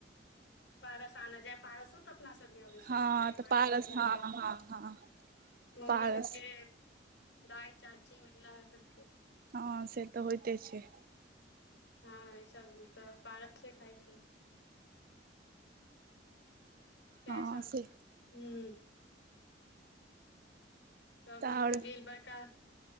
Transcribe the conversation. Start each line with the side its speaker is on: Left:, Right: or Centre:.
Left: पारस आना जाय पारसो तऽ अपना सभमे अबै छै
Right: हँ
Left: ने थइ
Right: तऽ
Left: बाटी
Right: पारस
Left: लऽ के
Right: हँ
Left: जाई
Right: हँ हँ
Left: मम्मी
Right: पारस
Left: सभके दाय चाची महिला सभके
Right: ह से तऽ होइते छै।
Left: हँ ई सभ तऽ पारक से खाइ छै। सेएह
Right: हँ
Left: सभ
Right: से
Left: हू सभ
Right: तऽ
Left: मिलके
Right: आओर
Left: गेल बड़का